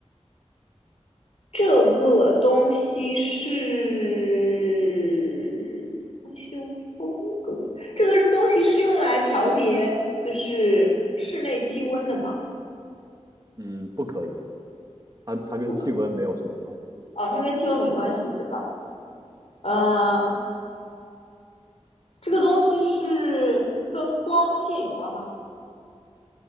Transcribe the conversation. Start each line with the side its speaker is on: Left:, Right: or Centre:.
Left: 这个东西是装修风格，这个东西是用来调节就是室内气温的吗？
Right: 嗯，不可以，它它跟气温没有什么关系，
Left: 不可以哦，它跟气温没关系，对吧？呃，这个东西是跟光线有关吗？